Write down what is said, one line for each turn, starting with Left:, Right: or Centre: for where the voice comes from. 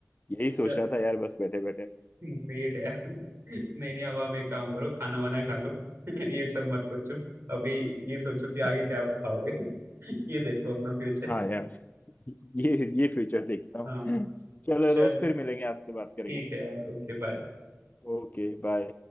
Left: यही
Right: चल
Left: सोच रहा था यार बस बैठे बैठे
Right: ग्रेट है नहीं नहीं अब आप एक काम करो खाना वाना खा लो ये सब मत सोचो अभी ये सोचो कि
Left: <laughs>
Right: आगे क्या खाओगे ये देखो अपना फ्यूचर
Left: हाँ यार <laughs> ये ये फ्यूचर देखता हूँ
Right: हाँ
Left: चलो
Right: चल
Left: दोस्त फिर मिलेंगे आपसे बात करेंगे
Right: ठीक है यार ओके बाय
Left: Okay bye